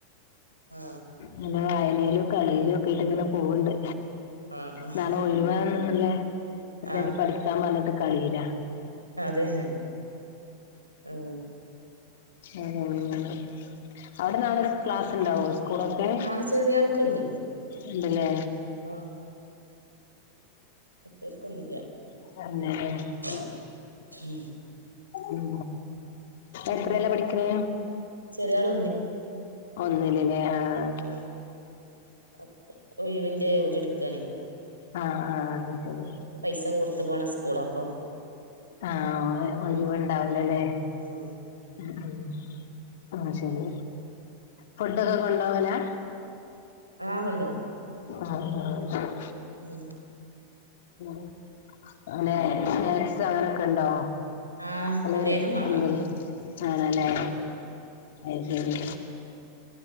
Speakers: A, on the right; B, on the left.
A: ആ
B: നല്ല വായനയിലും കളിയിലും ഒക്കെ ആയിട്ട് അങ്ങനെ പോവ്ണ് ണ്ട്
A: ആഹ് ആഹ്
B: നാളെ ഒഴിവാ ആണ്ല്ലെ നന്നായിട്ട്
A: ആഹ്
B: പഠിക്കാൻ പറഞ്ഞിട്ട് കളിയിലാ
A: അതെ ഹെ ആ
B: ഉം അങ്ങനെ അവിടെ നാളെ ക്ലാസ്സ് ഉണ്ടാവോ സ്കൂളൊക്കെ
A: നാളെ ചെറിയ ആൾക്കുണ്ട്
B: ഉണ്ടല്ലെ
A: ആഹ കേൾക്കുന്നില്ല
B: <inaudible>
A: <inaudible>
B: ഉം
A: പിന്നെ
B: എത്രല പഠിക്കണെ
A: ചെറിയാള്
B: ഒന്നിലില്ലേ ആഹ
A: ആഹ ഒഴിവിന്റെ ഉടെടുക്കണേ
B: ആഹ ആഹ എന്നാ ശരി
A: പൈസ കൊടുത്തു പോണ സ്കൂള അപ്പൊ
B: ആഹ ഒഴിവുണ്ടാവുലല്ലേ
A: മ്മ്
B: ഉം ഉം ആഹ ശരി ഫുഡൊക്കെ കൊണ്ട്പോവലാ
A: ആഹ കൊണ്ടുപോകും
B: ആഹ് ആഹ് ശെരി
A: ഉം
B: ഉം അങ്ങനെ സ്നാക്സ് അങ്ങനെയൊക്കെ ഉണ്ടോ
A: ആഹ്
B: നല്ലരു
A: എല്ലേതും വാണം
B: അമ്പ ആണല്ലേ അത്ശരി